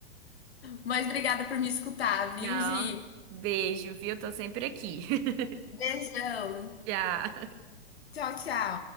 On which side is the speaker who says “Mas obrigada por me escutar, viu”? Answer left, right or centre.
Left